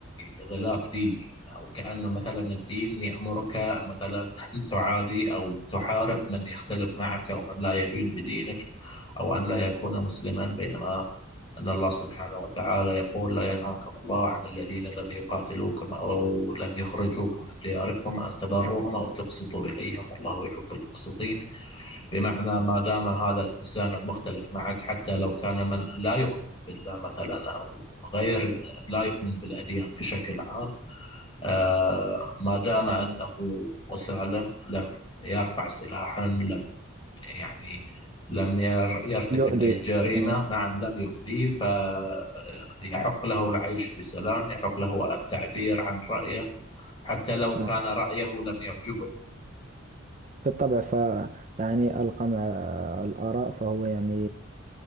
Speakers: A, on the left; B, on the right.
A: بغلاف ديني أو كأنه مثلا الدين يأمرك مثلا أن تعادي أو تحارب من يختلف معك أو من لا يدين بدينك أو أن لا يكون مسلما بينما أن الله سبحانه وتعالى يقول لا ينهاكم الله عن الذين لم يقاتلوكم أو لم يخرجوكم من دياركم أن تبروهم أو تقسطوا إليهم والله يحب المقسطين بمعنى ما دام هذا الإنسان المختلف معك حتى لو كان من لا يؤمن بالله مثلا أو غير لا يؤمن بالأديان بشكل عام آه، ما دام أنه مسالم لم يرفع سلاحا لم يعني لم ير- يرتكب
B: يؤدي
A: أي جريمة
B: نعم
A: نعم لم يؤذيه فيحق له العيش بسلام يحق له التعبير عن رأيه حتى لو
B: نعم
A: كان رأيه لم يعجبنا
B: بالطبع ف يعني القمع الآراء فهو يعني